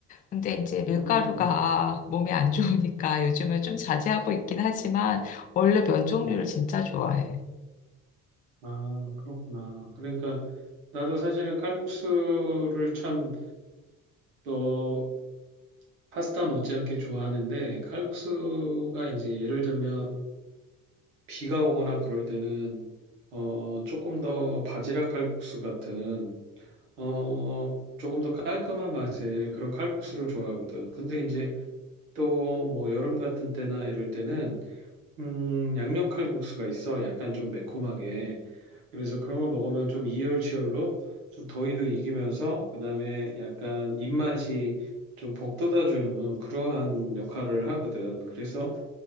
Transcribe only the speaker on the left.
근데 이제 밀가루가
몸에 안 좋으니까 요즘은 좀 자제하고 있긴 하지만 원래 면 종류를
진짜 좋아해.